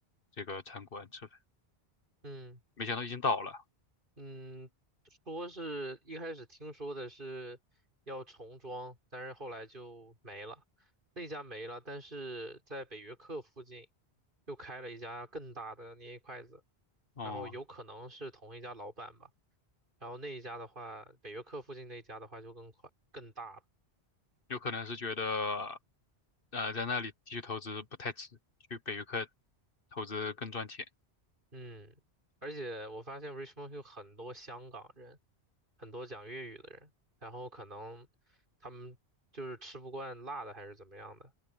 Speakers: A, on the left (about 60°); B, on the right (about 55°).
A: 这个餐馆吃饭，
B: 嗯
A: 没想到已经倒了。
B: 嗯，说是一开始听说的是要重装，但是后来就没了。那家没了，但是在北约克附近又开了一家更大的捏筷子，
A: 哦，
B: 然后有可能是同一家老板吧。然后那一家的话，北约克附近那一家的话就更快更大了。
A: 有可能是觉得呃在那里继续投资不太值，去北约克投资更赚钱
B: 嗯，而且我发现 Richmond 有很多香港人，很多讲粤语的人，然后可能他们就是吃不惯辣的还是怎么样的。